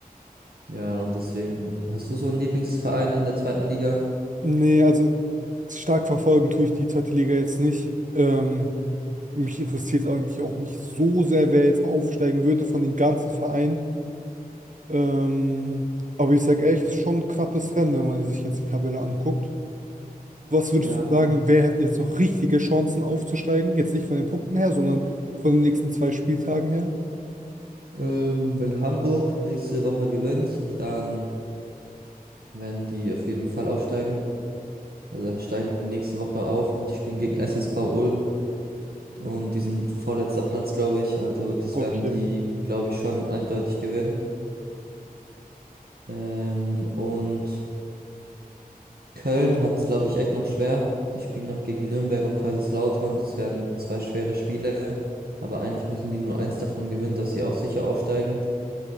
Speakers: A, on the right; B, on the right.
A: Ja, und deswegen hast du so einen Lieblingsverein in der zweiten Liga?
B: Nee, also stark verfolgen tue ich die zweite Liga jetzt nicht. Ähm, mich interessiert es eigentlich auch nicht so sehr, wer jetzt aufsteigen würde von den ganzen Vereinen. Ähm, aber ich sag ehrlich, es ist schon ein knappes Rennen, wenn man sich jetzt die Tabelle anguckt. Was würdest
A: Ja.
B: du sagen, wer hätten jetzt noch richtige Chancen aufzusteigen? Jetzt nicht von den Punkten her, sondern von den nächsten zwei Spieltagen her?
A: Ähm, wenn Hamburg nächste Woche gewinnt, dann werden die auf jeden Fall aufsteigen. Also dann steigen die nächste Woche auf und die spielen gegen SSV Ulm. Und die sind vorletzter Platz, glaube ich. Also das
B: Okay.
A: werden die, glaube ich, schon eindeutig gewinnen. Ähm, und Köln hat es, glaube ich, echt noch schwer. Die spielen noch gegen Nürnberg und Kaiserslautern. Das werden zwei schwere Spiele. Aber eigentlich müssen die nur eins davon gewinnen, dass sie auch sicher aufsteigen.